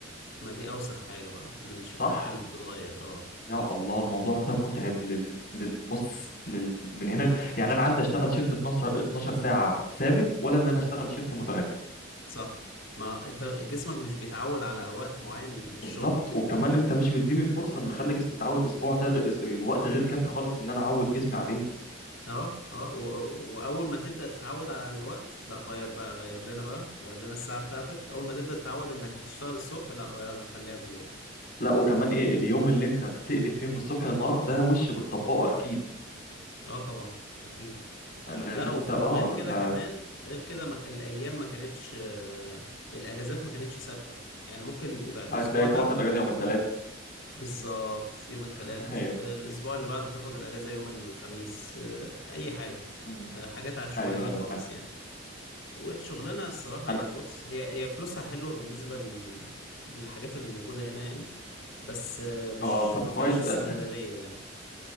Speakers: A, on the left; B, on the left.
A: ما دي اوسخ حاجة بقى الشفتات
B: صح
A: كانت بتتغير اه
B: يا الله الموضوع ده متعب لل... لل... بص لل... من هنا يعني انا عندي اشتغل شيفت 12 12 ساعة ثابت ولا ان انا اشتغل شيفت متغير
A: صح ما انت جسمك مش بيتعود على وقت معين للشغل
B: بالظبط وكمان انت مش مديني الفرصه ان اخلي جسمي يتعود اسبوع ده غ... اس- وقت غير كافي خالص ان انا اعود جسمي عليه
A: اه اه و... واول ما تبدأ تتعود على الوقت لا غير بقى غير لنا بقى غير لنا الساعة بتاعتك اول ما تبدأ تتعود انك هتشتغل الصبح لا غيرها خليها بالليل
B: لا وكمان ايه اليوم اللي انت بتقلب فيه من الصبح للنهار ده وش بتطبقه اكيد
A: اه طبعا اكيد
B: لان
A: لا
B: انت
A: وف... وغير
B: اه
A: كده
B: ف...
A: كمان غير كده ما... الايام ما كانتش آه، الاجازات ما كانتش ثابتة يعني ممكن يبقى الاسبوع
B: هتلاقيك
A: ده
B: واخد اجازه يوم الثلاث
A: بالظبط يوم التلات
B: <laughs> ايوه
A: الأسبوع اللي بعده تاخد الأجازة يوم الخميس آه، أي حاجة
B: مم.
A: آه، حاجات عشوائية
B: ايوه ايوه
A: خالص
B: فاهم
A: يعني والشغلانة الصراحة
B: انا
A: يعني بص هي هي فلوسها حلوة بالنسبة لل- للحاجات اللي موجودة هنا يعني بس آه، مش
B: اه طب
A: مفيهاش
B: كويس
A: استمرارية
B: اه،
A: يعني